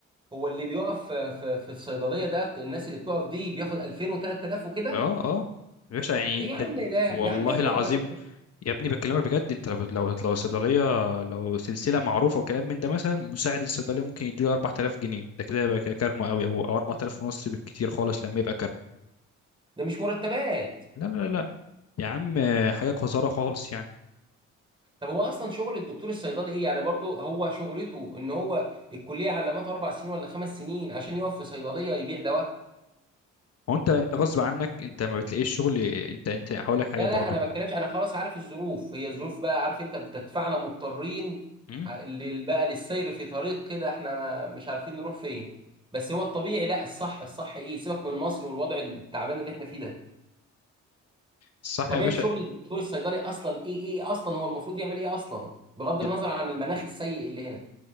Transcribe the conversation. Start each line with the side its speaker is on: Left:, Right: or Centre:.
Right: هو اللي بيقف في في في الصيدليه ده الناس اللي بتقف دي بياخد 2000 و3000 وكده
Left: اه اه يا باشا يعني
Right: ايه
Left: انت
Right: يا عم ده يا
Left: والله
Right: عم ايه المرتبات
Left: العظيم يا ابني بكلمك بجد انت لو لو لو صيدليه لو سلسله معروفه وكلام من ده مثلا مساعد الصيدليه ممكن يديله 4000 جنيه ده كده يبقى كارما قوي او او 4000 ونص بالكتير خالص لما يبقى كارما
Right: ده مش مرتبات
Left: لا لا لا يا عم حاجه قذاره خالص يعني
Right: طب هو اصلا شغل الدكتور الصيدلي ايه يعني برضه هو شغلته ان هو الكليه علمته اربع سنين ولا خمس سنين عشان يقف في صيدليه يبيع دواء
Left: هو انت انت غصب عنك انت ما بتلاقيش شغل انت انت هقول لك حاجه
Right: لا
Left: برضو
Right: لا انا ما بتكلمش انا خلاص عارف الظروف هي الظروف بقى عارف انت بتدفعنا مضطرين
Left: امم؟
Right: ع- لل- بقى للسير في طريق كده احنا ما- مش عارفين نروح فين بس هو الطبيعي لا الصح الصح ايه سيبك من مصر والوضع التعبان اللي احنا فيه ده
Left: صح
Right: طبيعة
Left: يا باشا
Right: شغل الدكتور الصيدلي اصلا ايه ايه اصلا هو المفروض يعمل ايه اصلا بغض النظر
Left: ال-
Right: عن المناخ السيء اللي هنا